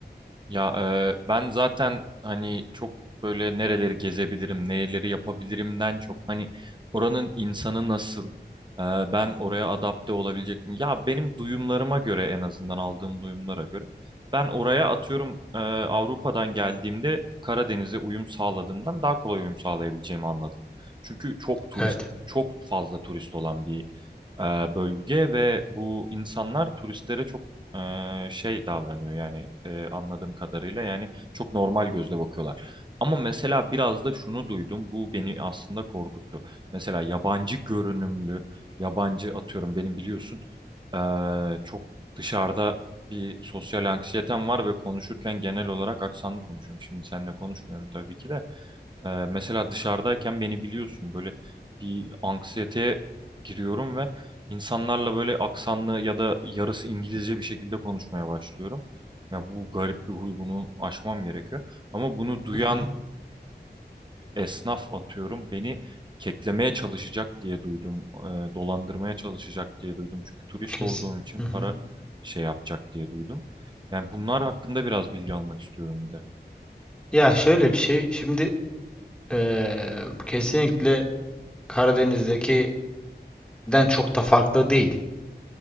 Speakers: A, on the right; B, in the centre.
A: Ya e, ben zaten hani çok böyle nereleri gezebilirim, neleri yapabilirimden çok hani oranın insanı nasıl, e, ben oraya adapte olabilecek miyim? Ya benim duyumlarıma göre en azından aldığım duyumlara göre ben oraya atıyorum e, Avrupa'dan geldiğimde Karadeniz'e uyum sağladığımdan daha kolay uyum sağlayabileceğimi anladım. Çünkü çok turist,
B: Evet.
A: çok fazla turist olan bir e, bölge ve bu insanlar turistlere çok e, şey davranıyor yani e, anladığım kadarıyla yani çok normal gözle bakıyorlar. Ama mesela biraz da şunu duydum bu beni aslında korkuttu. Mesela yabancı görünümlü yabancı atıyorum benim biliyorsun e, çok dışarıda bir sosyal anksiyetem var ve konuşurken genel olarak aksanlı konuşuyorum. Şimdi seninle konuşmuyorum tabii ki de. E, mesela dışarıdayken beni biliyorsun böyle bir anksiyeteye giriyorum ve İnsanlarla böyle aksanlı ya da yarısı İngilizce bir şekilde konuşmaya başlıyorum. Ya bu garip bir huy bunu aşmam gerekiyor. Ama bunu duyan
B: Hı hı,
A: e, esnaf atıyorum beni keklemeye çalışacak diye duydum. E, dolandırmaya çalışacak diye duydum. Çünkü turist
B: kesin.
A: olduğum için
B: Hı hı.
A: para şey yapacak diye duydum. Yani bunlar hakkında biraz bilgi almak istiyorum bir de.
B: Ya şöyle bir şey. Şimdi eee, kesinlikle Karadeniz'dekinden çok da farklı değil.